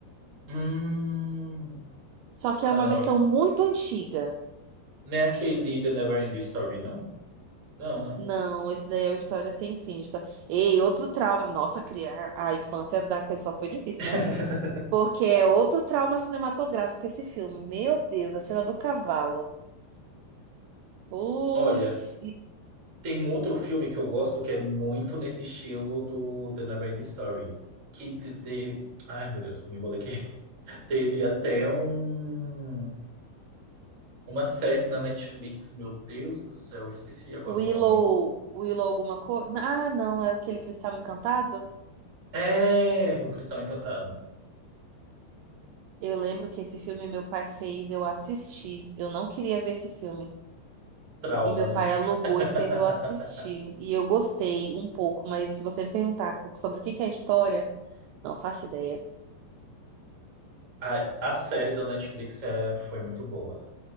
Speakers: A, on the right; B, on the right.
A: Hum...
B: só que
A: Ah,
B: é uma
A: não.
B: versão muito antiga.
A: Não é aquele The Neverending Story, não? Não, né?
B: Não, esse daí é uma história sem fim. histó- Ei, outro trauma. Nossa, criar a infância da pessoa foi difícil,
A: <laughs>
B: né? Porque é outro trauma cinematográfico esse filme. Meu Deus, a cena do cavalo. Putz.
A: Olha, tem um outro filme que eu gosto que é muito nesse estilo do The Neverending Story. Que te- te- Ai, meu Deus, me embolei aqui. <laughs> Teve até um... uma série na Netflix, meu Deus do céu, eu esqueci agora
B: Willow,
A: o nome.
B: Willow alguma coisa? Ah, não, é aquele Cristal Encantado?
A: É, O Cristão Encantado.
B: Eu lembro que esse filme meu pai fez, eu assisti. Eu não queria ver esse filme.
A: Trauma,
B: E meu
A: né?
B: pai alugou
A: <laughs>
B: e fez eu assistir. E eu gostei um pouco, mas se você me perguntar sobre o que que é a história, não faço ideia.
A: A, a série da Netflix é, foi muito boa.